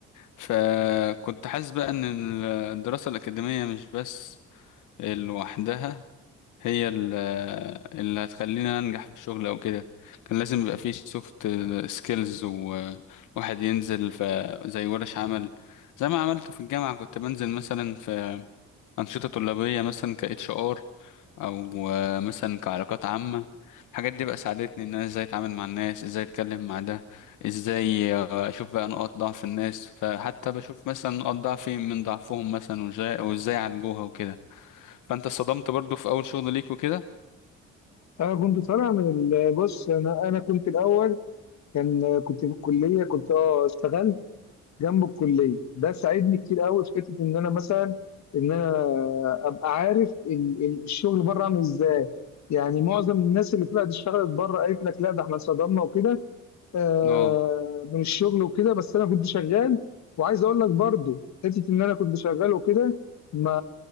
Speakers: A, on the left (about 85°); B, on the left (about 65°).
A: فكنت حاسس بقى ان الدراسه الاكاديميه مش بس لوحدها هي ال- اللي هتخليني انجح في الشغل او كده كان لازم يبقى فيه سوفت سكيلز وواحد ينزل في زي ورش عمل زي ما عملت في الجامعة كنت بنزل مثلا في أنشطة طلابية مثلا ك اتش ار او آه، مثلا كعلاقات عامة الحاجات دي بقى ساعدتني ان انا ازاي اتعامل مع الناس ازاي اتكلم مع ده ازاي آه، اشوف بقى نقاط ضعف الناس فحتى بشوف مثلا نقاط ضعفي من ضعفهم مثلا وازاي وازاي عالجوها وكده فانت اتصدمت برضو في اول شغل ليك وكده
B: انا كنت طالع من ال- بص انا انا كنت الاول كان كنت في الكليه كنت اه اشتغلت جنب الكليه ده ساعدني كتير قوي في حته ان انا مثلا ان انا ابقى عارف ال- ال- الشغل بره عامل ازاي يعني معظم الناس اللي طلعت اشتغلت بره قالت لك لا ده احنا اتصدمنا وكده آه،
A: اه
B: من الشغل وكده بس انا كنت شغال وعايز اقول لك برضو حته ان انا كنت شغال وكده ما